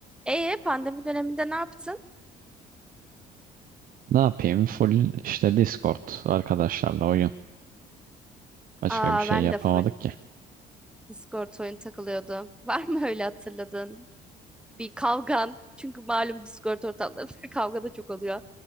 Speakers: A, in the centre; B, on the right (about 55°).
A: Ee pandemi döneminde ne yaptın?
B: Ne yapayım? Full işte Discord arkadaşlarla oyun. Başka
A: Aa
B: bir şey
A: ben
B: yapamadık
A: de full
B: ki.
A: Discord oyun takılıyordu. <laughs> Var mı öyle hatırladın? Bir kavgan. Çünkü malum Discord ortamlarında <laughs> kavga da çok oluyor.